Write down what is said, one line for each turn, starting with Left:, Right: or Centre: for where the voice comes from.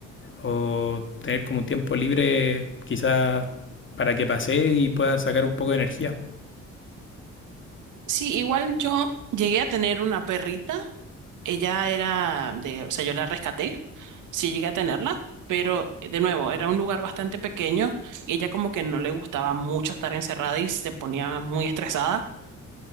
Left: o tener como un tiempo libre quizás para que pase y pueda sacar un poco de energía.
Right: Sí, igual yo llegué a tener una perrita, ella era de, o sea, yo la rescaté, sí llegué a tenerla, pero de nuevo, era un lugar bastante pequeño y ella como que no le gustaba mucho estar encerrada y se ponía muy estresada.